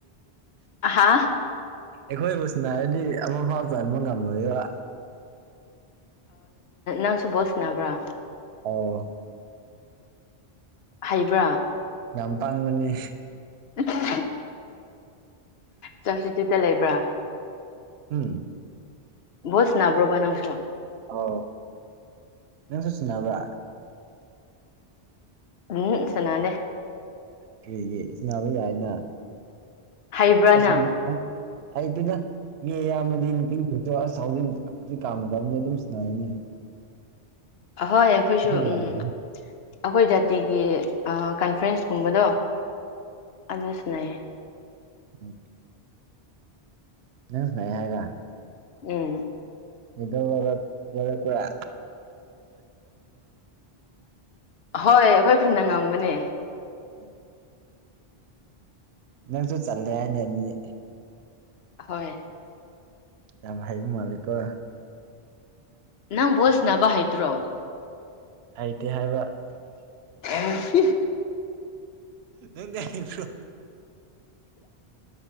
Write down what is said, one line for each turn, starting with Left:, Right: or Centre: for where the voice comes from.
Left: ꯑꯍꯥ
Right: ꯑꯩꯈꯣꯏꯕꯨ ꯁꯤꯟꯅꯔꯗꯤ ꯑꯃ ꯐꯥꯎ ꯆꯟꯕ ꯉꯝꯃꯣꯏꯕ
Left: ꯅꯪꯁꯨ ꯕꯣꯁ ꯅꯕ꯭ꯔꯥ
Right: ꯑꯣ
Left: ꯍꯩꯕ꯭ꯔꯥ
Right: ꯌꯥꯝ ꯄꯥꯡꯕꯅꯦ
Left: <unintelligible> ꯁꯞꯇꯤꯇ꯭ꯌꯨꯠꯇ ꯂꯩꯕ꯭ꯔꯥ
Right: ꯎꯝ
Left: ꯚꯣꯁ ꯅꯥꯕ꯭ꯔꯣꯕ ꯅꯪꯁꯨ
Right: ꯑꯣ ꯅꯪꯁꯨ ꯁꯤꯟꯅꯕ꯭ꯔ
Left: ꯎꯝ ꯆꯅꯥꯗꯦ
Right: ꯀꯔꯤꯒꯤ ꯏꯟꯅꯕ ꯌꯥꯏꯅ
Left: ꯍꯩꯕ꯭ꯔꯥ
Right: ꯑꯁ
Left: ꯅꯪ
Right: ꯍꯥꯏꯥꯏ ꯇꯗ ꯃꯤ ꯌꯥꯕꯗꯤ ꯄꯦ ꯑ ꯑꯁ ꯍꯧꯖꯤꯛ ꯍꯧꯖꯤꯛ ꯀꯥꯝꯅꯗꯕꯅꯤ ꯑꯗꯨꯝꯁꯨꯅꯥꯏꯅꯦ
Left: ꯑꯍꯣꯏ ꯑꯩꯈꯣꯏꯁꯨ
Right: ꯌꯥꯝꯕꯅꯦ
Left: ꯎꯝ ꯑꯩꯈꯣꯏ ꯖꯥꯇꯤꯒꯤ ꯀꯟꯐ꯭ꯔꯦꯟꯁ ꯀꯨꯝꯕꯗꯣ ꯑꯗꯨ ꯁꯤꯅꯌꯦ
Right: ꯎꯝ ꯅ ꯅ ꯍꯥꯏꯒ
Left: ꯎꯝ
Right: ꯃꯤꯗ ꯂ ꯂ ꯀꯔ
Left: ꯍꯣꯏ ꯑꯩꯈꯣꯏ ꯈꯨꯟꯅ ꯉꯝꯕꯅꯦ
Right: ꯑꯣ ꯅꯪꯁꯨ ꯆꯜꯂꯦ ꯍꯥꯏꯅ ꯑꯅꯤ
Left: ꯍꯣꯏ
Right: ꯑꯚꯥꯏ ꯃꯥ ꯂꯩꯀꯣ
Left: ꯅꯪ ꯕꯣꯁꯅꯕ ꯍꯩꯇ꯭ꯔꯣ
Right: ꯑꯩꯗꯤꯦ ꯍꯥꯏꯕ
Left: ꯎ
Right: ꯅꯅꯤꯁꯨꯣ